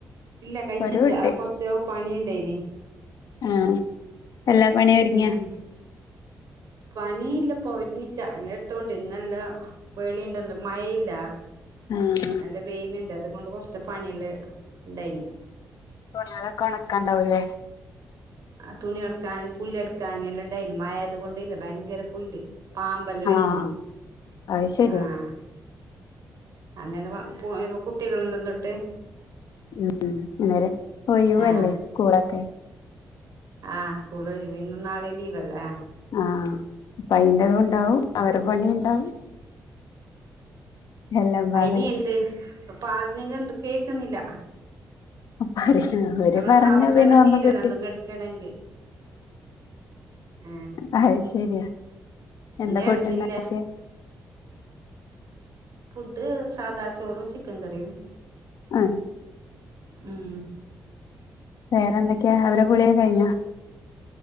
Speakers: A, on the right; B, on the left.
A: ഇല്ല കഴിച്ചിട്ടാ
B: ഒരു കുട്ടി
A: കൊർ ച്ച് പണിയുണ്ടായിനി
B: ആഹ് എല്ലാ പണി ഒരുങ്ങിയാ
A: ഉം പണിയില്ലപ്പ ഒരുങ്ങീറ്റ ഇന്നലെട്ത്തോ ഇന്നെല്ല ബെളിണ്ടന്ത് മഴയില്ല
B: ആഹ്
A: നല്ല വെയില്ണ്ട് അതുകൊണ്ട് കൊറച്ച പണിയെല്ലാണ്ടേയിന്
B: തുണിളൊക്കെ ഒണക്കാണ്ടാവൂലേ
A: തുണി എടുക്കാന് പുല്ല് എടുക്കാന് എല്ലാണ്ടായിനു മഴായ്ത് കൊണ്ടില്ല ഭയങ്കര പുല്ല് പാമ്പല്ല വര്ന്ന്
B: ആഹ് അത് ശരിയാ
A: ആഹ് അങ്ങനെ ഇപ്പൊ കുട്ടികളണ്ട് തൊട്ട്
B: ഉ ഉം അന്നേര് ഒയിവല്ലെ
A: ആഹ്
B: സ്കൂളൊക്കെ
A: ആഹ് സ്കൂള് ഒഴിവ് ഇന്നും നാളിലീവല്ലേ
B: ആഹ് അപ്പ അയിന്റെതുണ്ടാവും അവരെ പണി ഉണ്ടാവും എല്ലാം പാടെ
A: അയിനി എന്ത് പറഞ്ഞങ്ക് കേക്കുന്നില്ല
B: പറയും അവര്
A: നമ്മളെ
B: പറഞ്ഞാ
A: സൗണ്ടല്ലതീരണം
B: പിന്നെ ഒന്നും
A: എന്തെങ്കിട്ക്കണെങ്കി ഏഹ്
B: അഹ് ശരിയാ എന്താ
A: ങ്ങേ
B: ഫുഡ്
A: എട് ജില്ലാ
B: ഉണ്ടാക്കിയെ
A: ഫുഡ് സാദാ ചോറും ചിക്കൻ കറിയും
B: അതെ
A: ഉമ്
B: വേറെന്തൊക്കെയാ അവരെ കുളി യൊക്കെ കഴിഞ്ഞോ